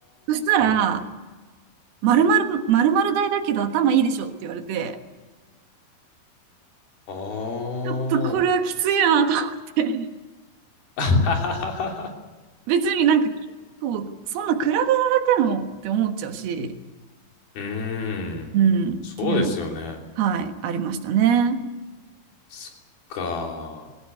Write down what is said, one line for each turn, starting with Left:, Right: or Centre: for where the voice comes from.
Right: そしたら、
Left: ー。
Right: 〇〇、〇〇大だけど頭いいでしょって言われて、
Left: あー。
Right: ちょっとこれはきついなと思って。
Left: <laughs> あはははは。
Right: <laughs> 別になんか、そうそんな比べられてもって思っちゃうし、
Left: うーん。
Right: うん、っていうのが、
Left: そうですよね。
Right: はい、ありましたね。
Left: そっか。